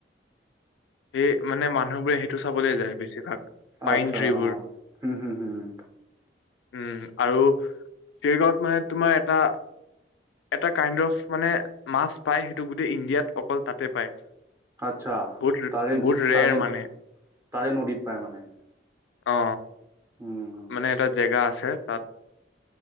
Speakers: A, on the left; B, on the right.
A: স মানে মানুহবোৰে সেইটো চাবলৈ যায় বেছিভাগ পাইন
B: আচ্ছা
A: ট্ৰিবোৰ
B: হম হম হম
A: উম আৰু চৰিগাঁৱত মানে তোমাৰ এটা এটা কাইণ্ড অফ মানে মাছ পায় সেইটো গোটেই ইণ্ডিয়াত অকল তাতে পায়
B: আচ্ছা
A: বহুত
B: তাৰে
A: বহুত ৰেৰ
B: তাৰে
A: মানে
B: নদীত পাই মানে
A: অ
B: উম
A: মানে এটা জেগা আছে তাত